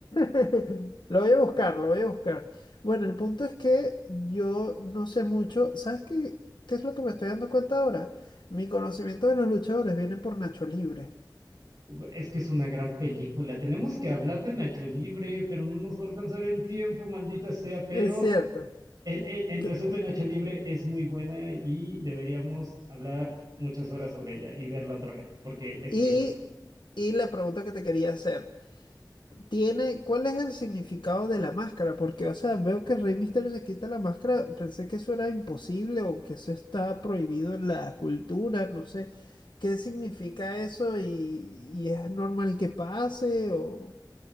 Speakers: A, on the left; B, on the right.
A: <laughs> Lo voy a buscar, lo voy a buscar. Bueno, el punto es que yo no sé mucho. ¿Sabes qué, qué es lo que me estoy dando cuenta ahora? Mi conocimiento de los luchadores viene por Nacho Libre.
B: Gu- Es que es una gran película. Tenemos que hablar de Nacho Libre, pero no nos va a alcanzar el tiempo, maldita sea. Pero
A: Es cierto.
B: en, en- en
A: T-
B: resumen, Nacho Libre es muy buena y deberíamos hablar muchas horas sobre ella y verla otra vez, porque es
A: Y,
B: muy buena.
A: y la pregunta que te quería hacer. tiene, ¿cuál es el significado de la máscara? Porque, o sea, veo que Rey Misterio se quita la máscara, pensé que eso era imposible o que eso está prohibido en la cultura, no sé. ¿Qué significa eso y, y es normal que pase? O...